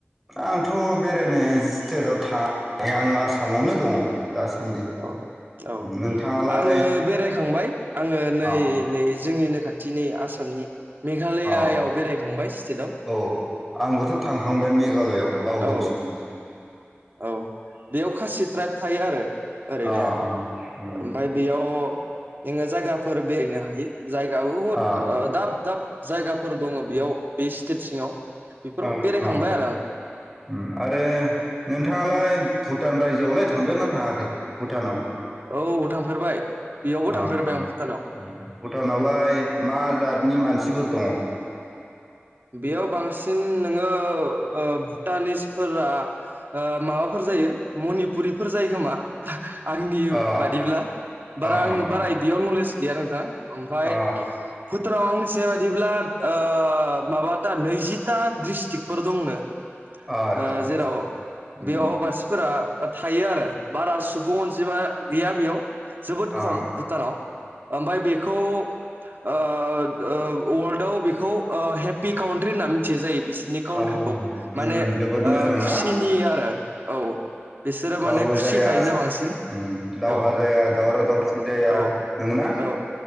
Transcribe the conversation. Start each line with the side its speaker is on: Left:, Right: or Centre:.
Centre: आंथ' बेरायनो स्टेटाव थाङाखै आं आसामावनो दङ दासान्दि
Right: औ औ
Centre: नोंथाङालाय
Right: आङो बेरायखांबाय आङो नै
Centre: अ
Right: नै जोंनिनो खाथिनि आसामनि मेघालयायाव
Centre: अ
Right: बेरायखांबाय स्टेटआव
Centre: औ आंबोथ' थांखांबाय मेघालयआव बावदोंसो
Right: औ
Centre: आंबो
Right: औ बेयाव खासि ट्राइब थायो आरो ओरैनो
Centre: अ अ उम
Right: ओमफ्राय बेयाव नोङो जायगाफोर बेरायनो हायो जायगा बुहुद
Centre: अ
Right: ओ दाब दाब जायगाफोर दङ बेयाव बे स्टेट सिङाव बेफोराव
Centre: औ
Right: बेरायखांबाय
Centre: औ
Right: आरो आं
Centre: उ आरो नोंथां नोथाङालाय भुटान रायजोआवलाय थांदोंना थाङाखै भुटानाव
Right: औ थांफेरबाय बेयावबो थांफेरबाय
Centre: ओम
Right: आं भुटानाव
Centre: उम भुटानावलाय मा जा नि मानसिफोर दङ
Right: बेयाव बांसिन नोङो भुटानिसफोरा ओ माबाफोर जायो मनिपुरिफोर जायो खोमा आंनि
Centre: अ
Right: बादिब्ला बारा
Centre: अ
Right: आं
Centre: अ अ
Right: बारा इदियाव नलेज गैया नोंथां ओमफ्राय
Centre: अ
Right: फुतानाव आं मिथिनाय बादिब्ला ओ माबाथा नैजिथा डिस्ट्रिक्टफोर दंनो।
Centre: आदसा
Right: ओ
Centre: आदसा
Right: जेराव
Centre: उम
Right: बेयाव मानसिफोरा थायो आरो बारा सुबुं अनजिमा गैया बेयाव जोबोद
Centre: अ
Right: खम भुटानाव
Centre: अ
Right: ओमफ्राय बे खौ ओ ओ वर्ल्डाव बेखौ ओ हेप पि कउन्ट्रि होनना मिथियनाय जायो। बिसोरनि काउन्ट्रिखौ
Centre: औ उम
Right: माने
Centre: जोबोद
Right: ओ
Centre: मोजां
Right: खुसिनि
Centre: ना
Right: आरो औ बिसोरो माने
Centre: बो
Right: खुसि
Centre: जाया
Right: थायोनो बांसिन
Centre: उम दावहा
Right: औ
Centre: जाया दावराव दावसि जाया
Right: औ
Centre: नंगौना?
Right: औ